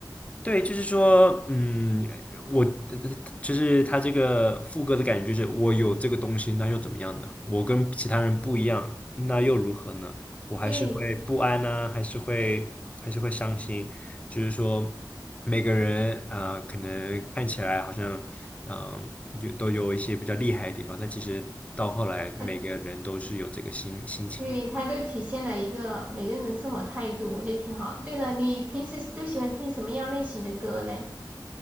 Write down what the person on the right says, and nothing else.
对，
它。对，它都体现了一个每个人的生活态度，我觉得挺好。对了，你平时都喜欢听什么样类型的歌嘞？